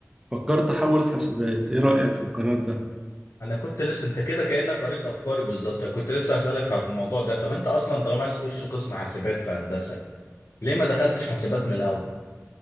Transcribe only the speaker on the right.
فكرت أحول حاسبات إيه رأيك في القرار ده؟